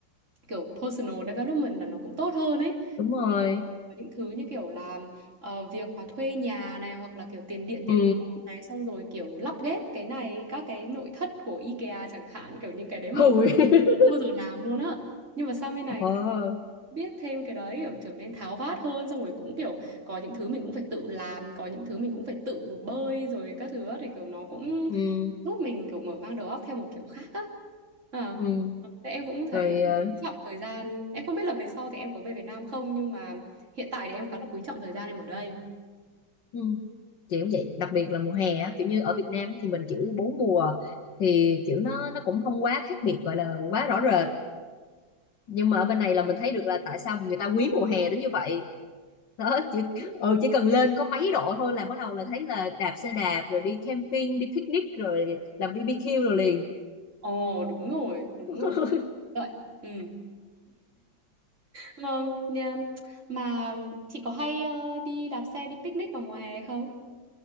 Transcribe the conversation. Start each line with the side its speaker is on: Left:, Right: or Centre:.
Right: kiểu personal development là nó cũng tốt hơn ấy.
Left: đúng rồi
Right: có những thứ như kiểu là ờ, việc mà thuê nhà này hoặc là kiểu tiền điện tiền
Left: ừ
Right: nước này xong rồi kiểu lắp ghép cái này các cái nội thất của IKEA chẳng hạn kiểu những cái đấy mà
Left: Ui.
Right: ở Việt Nam
Left: <laughs>
Right: không bao giờ làm luôn á nhưng mà sang bên này
Left: ờ
Right: thì biết thêm cái đấy kiểu trở nên tháo vát hơn xong rồi cũng kiểu có những thứ mình cũng phải tự làm có những thứ mình cũng phải tự bơi rồi các thứ á, thì kiểu nó cũng
Left: ừ
Right: giúp mình kiểu mở mang đầu óc theo một kiểu khác á Ờ.
Left: ừ
Right: Thế em cũng thấy
Left: rồi ờ,
Right: quý trọng thời gian em không biết là về sau thì em có về Việt Nam không nhưng mà hiện tại thì em khá là quý trọng thời gian em ở đây
Left: ừ. chị cũng vậy đặc biệt là mùa hè á kiểu như ở Việt Nam thì mình kiểu bốn mùa thì kiểu nó nó cũng không quá khác biệt gọi là quá rõ rệt nhưng mà ở bên
Right: Ừ.
Left: này là mình thấy được là tại sao mà người ta quý mùa hè đến như vậy đó chỉ ừ, chỉ cần lên có mấy độ thôi là bắt đầu là thấy là đạp xe đạp rồi đi camping đi picnic rồi làm BBQ rồi liền
Right: ồ đúng rồi đúng
Left: <laughs>
Right: rồi vậy ừ vâng nha. mà chị có hay ờ, đi đạp xe đi picnic vào mùa hè không